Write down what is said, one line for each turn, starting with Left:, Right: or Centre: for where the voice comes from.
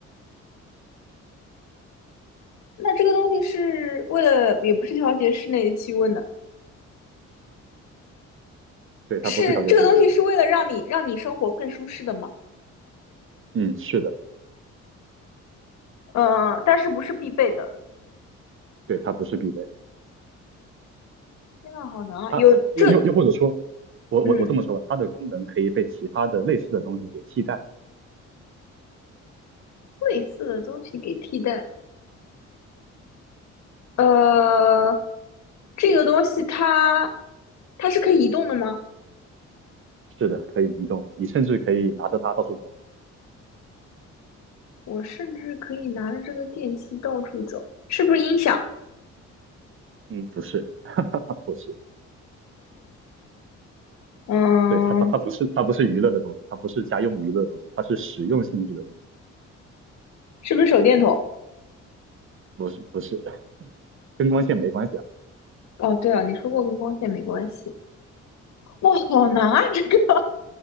Left: 那这个东西是为了，也不是调节室内气温的，
Right: 对，它不是调节气温的东西。
Left: 是这个东西是为了让你让你生活更舒适的吗？
Right: 嗯，是的，
Left: 嗯，但是不是必备的。
Right: 对，它不是必备的。
Left: 天呐，好难啊！
Right: 它它又又又或者说，
Left: 有这
Right: 我我我这么说吧，
Left: 嗯
Right: 它的功能可以被其他的类似的东西给替代。
Left: 类似的东西给替代，呃，这个东西它它是可以移动的吗？
Right: 是的，可以移动，你甚至可以拿着它到处走。
Left: 我甚至可以拿着这个电器到处走，是不是音响？
Right: 嗯，不是，它不是，
Left: 嗯，
Right: 对，它它它不是它不是娱乐的东西，它不是家用娱乐的东西，它是实用性质的东西。
Left: 是不是手电筒？
Right: 不是不是，跟光线没关系啊。
Left: 哦，对啊，你说过跟光线没关系。哇，好难啊！这个